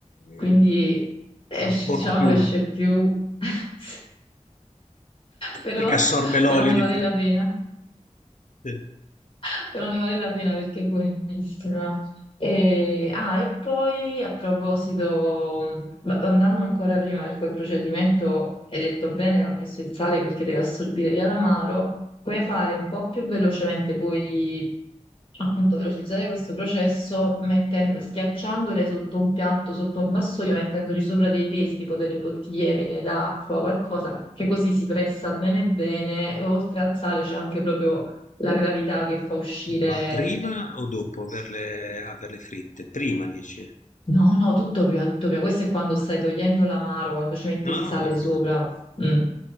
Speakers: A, on the left; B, on the left.
A: Mm,
B: quindi esce-
A: Ancora
B: diciamo
A: più
B: esce più, <laughs> però,
A: perché assorbe l'olio
B: però ne
A: di
B: vale la pena.
A: fritte.
B: <laughs> però ne vale la pena perché è buonissima. E, ah, e poi a proposito, mh, va- andando ancora prima per quel procedimento, hai detto bene, va messo il sale perché deve assorbire via l'amaro, puoi fare un po' più velocemente, puoi appunto velocizzare questo processo mettendo, schiacciandole sotto un piatto, sotto un vassoio, mettendoci sopra dei pesi, tipo delle bottiglie piene d'acqua, qualcosa, che così si pressa bene bene, e oltre al sale c'è anche proprio la gravità che fa uscire...
A: Ma prima o dopo averle, averle fritte? Prima dici?
B: No, no, tutto prima, tutto prima. Questo è quando stai togliendo l'amaro, quando ci metti
A: Ah,
B: il sale
A: ok, ok.
B: sopra. Mm.